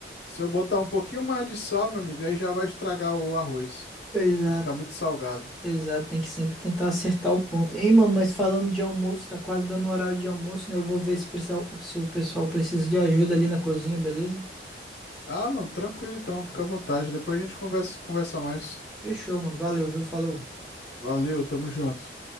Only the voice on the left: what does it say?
se eu botar um pouquinho mais de sal, meu amigo, aí já vai estragar o arroz.
Vai ficar muito salgado.
Ah, mano, tranquilo então, fica à vontade. Depois a gente conversa, conversa mais.
Valeu, tamo junto.